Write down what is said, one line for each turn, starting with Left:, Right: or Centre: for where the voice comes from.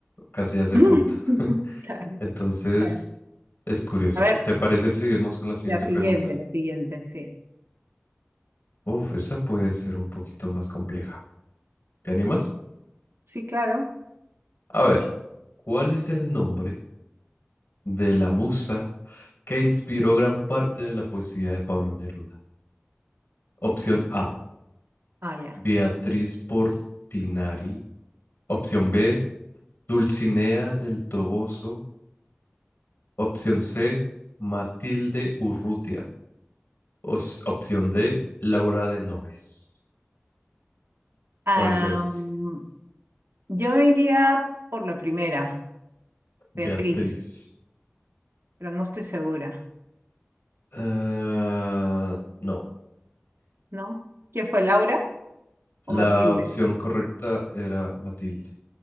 Left: casi a ese
Right: <laughs>
Left: punto.
Right: Claro,
Left: Entonces,
Right: claro.
Left: es curioso.
Right: A ver,
Left: ¿Te parece si seguimos con la siguiente
Right: la siguiente,
Left: pregunta?
Right: la siguiente, sí.
Left: Uf, esta puede ser un poquito más compleja. ¿Te animas?
Right: Sí, claro.
Left: A ver, ¿cuál es el nombre de la musa que inspiró gran parte de la poesía de Pablo Neruda? Opción A,
Right: Ah, ya.
Left: Beatriz Portinari. Opción B, Dulcinea del Toboso. Opción C, Matilde Urrutia. Os- opción D, Laura de Noves.
Right: Am,
Left: ¿Cuál te vas?
Right: yo me iría por la primera,
Left: Beatriz.
Right: Beatriz, pero no estoy segura,
Left: Ah, no,
Right: ¿no? ¿Quién fue, Laura o
Left: la
Right: Matilde?
Left: opción correcta era Matilde.